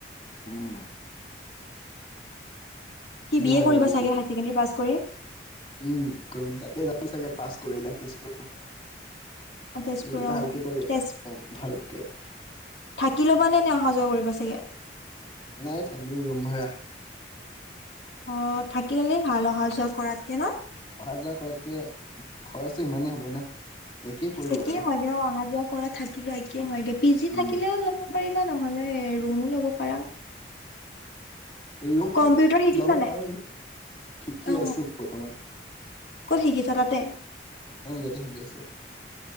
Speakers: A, on the left; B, on the left.
A: উম।
B: কি বি
A: হয়
B: এ কৰিব
A: আৰু এতিয়া
B: চাগে? হাই চেকেণ্ডাৰী পাছ কৰি।
A: উম কৰিম। তাতে যাম চাগে পাছ কৰিলে তেজপুৰ!
B: অ, তেজপুৰ
A: যদি
B: অ
A: ভালকে কৰো,
B: তেজ
A: অ ভালকে
B: থাকি ল'বা নে? নে অহা যোৱা কৰিব চাগে?
A: নাই থাকিম ৰুম ভাড়া।
B: অ' থাকি ললে ভাল। অহা-যোৱা কৰাতকে। ন।
A: অহা যোৱা কৰাতকে, খৰচটো ইমানেই হ'ব না। পৰিব
B: একেই
A: আৰু
B: হয় দে। অ' অহা -যোৱা কৰা, থাকি লোৱা একেই হয়গে। পি জি
A: উম
B: থাকিলেও ল'ব পাৰিবা। নহলে ৰুমো ল'ব পাৰা।
A: লোন
B: কম্পিউটাৰ শিকিছা
A: লব
B: নাই
A: পাৰি, শিকি
B: অ
A: আছো বৰ্তমান।
B: কত শিকিছা তাতে।
A: অ', ইয়াতে শিকি আছো।